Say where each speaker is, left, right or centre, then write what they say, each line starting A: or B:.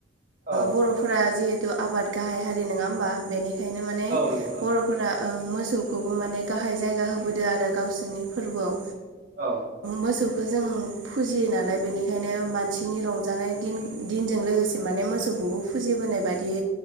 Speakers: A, on the right; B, on the right.
A: औ
B: बर'फोरा जिहेथु आबाद गाहाय हारि नङा होमबा? बेनिखायनो माने
A: औ नंगौ
B: बर फोरा मोसौखौबो माने गाहाय जायगा होबोदों आरो गावसोरनि फोरबोआव
A: औ
B: मोसौखौ जों फुजियो नालाय बेनिखायनो मानसिनि रंजानाय दिन दिनजों लोगोसे माने मोसौखौबो फुजिबोनाय बायदि